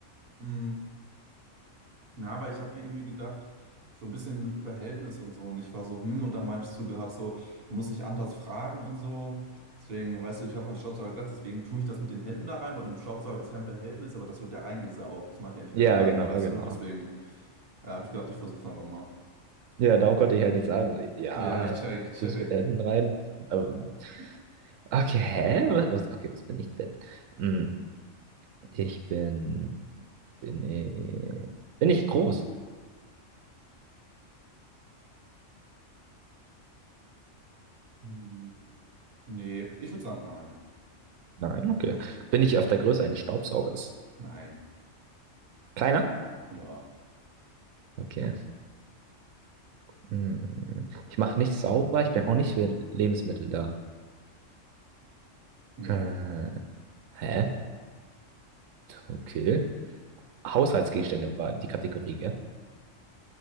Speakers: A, on the right (about 50°); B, on the right (about 85°).
A: Mhm. Na, aber ich habe mir irgendwie gedacht, so ein bisschen mit Behältnis und so. Und ich war so, hm, und da meintest du gerade so, muss ich anders fragen und so. Deswegen, weißt du, ich habe an Staubsauger gedacht, deswegen tue ich das mit den Händen da rein, weil im Staubsauger ist ja ein Behältnis, aber das wird ja reingesaugt. Das mache ich ja nicht
B: Ja,
A: mit der Hand,
B: genau,
A: weißt
B: genau.
A: du? Deswegen äh, habe ich gedacht, ich versuche es einfach mal.
B: Ja, darum konnte ich halt nicht sagen. So, ja,
A: Ja, ich check, ich check.
B: tu es mit den Händen rein. Ähm,
A: <laughs>
B: okay, hä? Was, was, okay, was bin ich denn? Hm, ich bin. Bin ich. Bin ich groß?
A: Hm, Nee, ich würde sagen, nein.
B: Nein, okay. Bin ich auf der Größe eines Staubsaugers?
A: Nein.
B: Kleiner?
A: Ja.
B: Okay. Hm. Ich mache nichts sauber, ich bin auch nicht für Lebensmittel da.
A: Nee.
B: Äh, hä? Okay. Haushaltsgegenstände war die Kategorie, gell?